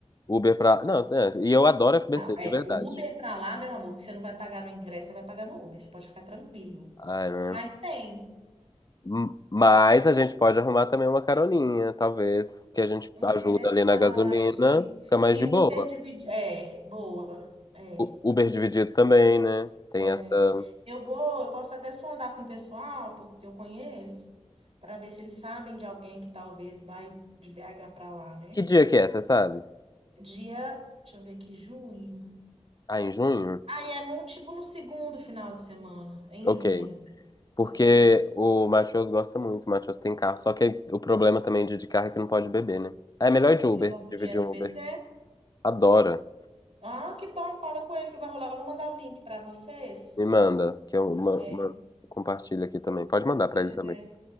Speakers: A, on the left; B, on the right.
A: Uber pra. Não, certo. E eu adoro FBC,
B: Não, é.
A: de verdade.
B: O Uber pra lá, meu amor, que você não vai pagar no ingresso, você vai pagar no Uber. Você pode ficar tranquilo.
A: Ai, né?
B: Mas tem.
A: M- Mas a gente pode arrumar também uma caroninha, talvez, que a gente
B: Interessante.
A: ajuda ali na gasolina, fica mais
B: E
A: de
B: o
A: boa.
B: Uber divide. É, boa. É,
A: U- Uber dividido também, né? Tem
B: é.
A: essa.
B: Eu vou, eu posso até sondar com o pessoal, porque eu conheço, para ver se eles sabem de alguém que talvez vai de BH para lá, né?
A: Que dia que é, você sabe?
B: Dia, deixa eu ver aqui, junho.
A: Ah, em junho?
B: Aí é num, tipo no segundo final de semana, em
A: Ok.
B: junho ainda,
A: Porque
B: entendeu?
A: o Matheus gosta muito, o Matheus tem carro. Só que o problema também de, de carro é que não pode beber, né? Ah, É melhor ir de Uber,
B: Ele gosta
A: dividir
B: de FBC?
A: um Uber. Adora.
B: Ah, que bom, fala com ele que vai rolar. Eu vou mandar o link para vocês.
A: Me manda, que eu ma
B: É,
A: ma- compartilho aqui também. Pode mandar pra
B: pois
A: ele também.
B: é.